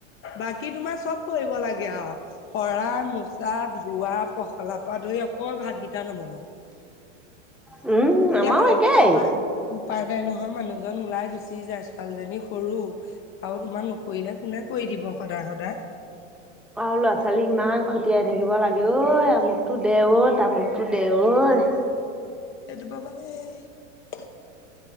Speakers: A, on the left; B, in the centre.
A: বাকী তোমাৰ চ'ব কৰিব লাগে আৰু সৰা মোচা, ধোৱা, পখলা পৰা ধৰি অকল ভাত কিটা নবনোৱা।
B: উম
A: এতিয়া
B: আমাৰো
A: মানে
B: একেই
A: কি উপায় উম। উপাই নাই নহয় মানুহজন ওলাই গুচি যায় ছোৱালীজনী সৰু, আৰু তোমাৰ নকৰিলে কোনে কৰি দিব সদায়, সদায়।
B: আৰু ল'ৰা, ছোৱালী ইমান খতিয়াই থাকিব লাগে অই, আমুকতো দে অ', তামুক তো দে, অই।
A: এটো পাবালে <unintelligible>